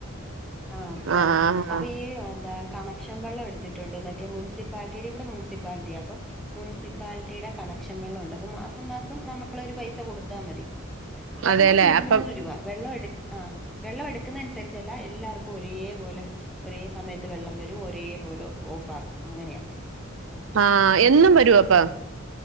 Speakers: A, in the centre; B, on the right.
A: ആഹ് രണ്ട്
B: ആഹ്
A: അപ്പൊ ഈ എന്താ കണക്ഷൻ വെള്ളം എടുത്തിട്ടുണ്ട് മറ്റേ മുനിസിപ്പാലിറ്റിയുടെ ഇവിടെ മുസിപ്പാലിറ്റിയ അപ്പം മുനിസിപ്പാലിറ്റിയുടെ ക ണക്ഷൻ വെള്ളം ഉണ്ട് അപ്പൊ മാസം മാസം നമ്മളൊരു പൈസ കൊടുത്താൽ മതി മാസം
B: അതെല്ലേ
A: മാസം ഇരുന്നൂറ്
B: അപ്പം
A: രൂപ വെള്ളം എടു ആഹ് വെള്ളം എടുക്കുന്ന അനുസരിച്ചല്ല എല്ലാവും ക്കും ഒരേ പോലെ ഒരേ സമയത്ത് വെള്ളം വരും ഒരേ പോലെ ഓഫ് ആക്കും അങ്ങനെയ
B: ആഹ് എന്നും വരുവോ അപ്പോ